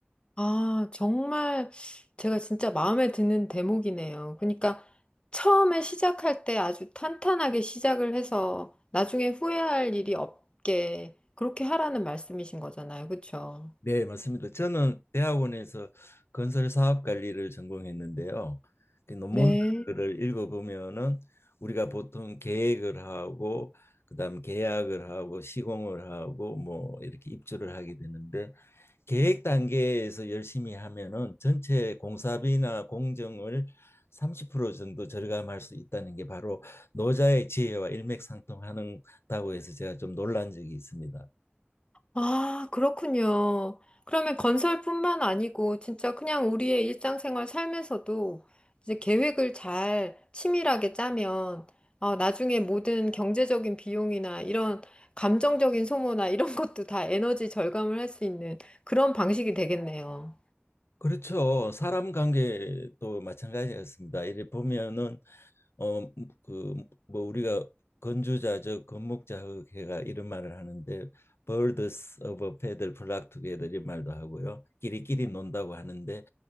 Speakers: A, on the left; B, on the left.
A: 아, 정말 제가 진짜 마음에 드는 대목이네요. 그러니까 처음에 시작할 때 아주 탄탄하게 시작을 해서 나중에 후회할 일이 없게 그렇게 하라는 말씀이신 거잖아요. 그렇죠?
B: 네, 맞습니다. 저는 대학원에서 건설 사업 관리를 전공했는데요. 그 논문들을
A: 네.
B: 읽어보면은 우리가 보통 계획을 하고 그다음 계약을 하고 시공을 하고 뭐 이렇게 입주를 하게 되는데 계획 단계에서 열심히 하면은 전체 공사비나 공정을 30% 정도 절감할 수 있다는 게 바로 노자의 지혜와 일맥상통하는다고 해서 제가 좀 놀란 적이 있습니다.
A: 아, 그렇군요. 그러면 건설뿐만 아니고 진짜 그냥 우리의 일상생활 삶에서도 이제 계획을 잘 치밀하게 짜면 어, 나중에 모든 경제적인 비용이나 이런 감정적인 소모나 이런 <laughs> 것도 다 에너지 절감을 할 수 있는 그런 방식이 되겠네요.
B: 그렇죠. 사람 관계도 마찬가지였습니다. 이래 보면은 어 그 뭐 우리가 건주자적 건목자흑해가 이런 말을 하는데 birds of a feather flock together 이 말도 하고요. 끼리끼리 논다고 하는데